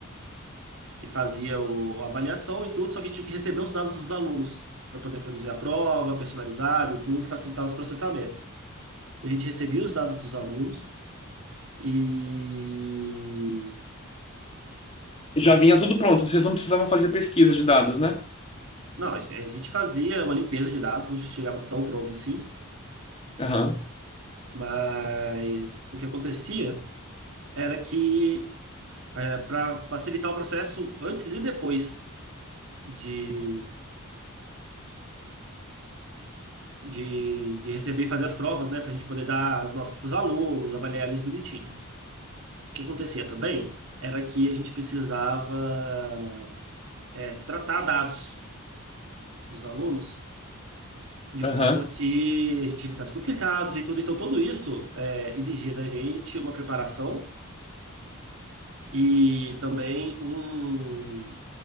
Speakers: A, on the right; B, on the left.
A: e fazia o, a avaliação e tudo, só que tinha que receber os dados dos alunos para poder produzir a prova personalizada e tudo, facilitar os processamentos. Então, a gente recebia os dados dos alunos E.
B: já vinha tudo pronto, vocês não precisavam fazer pesquisa de dados, né?
A: Não, a a gente fazia uma limpeza de dados, não chegava tão pronto assim,
B: Aham,
A: mas o que acontecia era que, para facilitar o processo antes e depois de, de, de receber e fazer as provas, né, para a gente poder dar as notas para os alunos, avaliar eles bonitinho. O que acontecia também era que a gente precisava, é, tratar dados dos alunos De
B: aham.
A: forma que a gente evitasse duplicados e tudo. Então, tudo isso é, exigia da gente uma preparação e também um,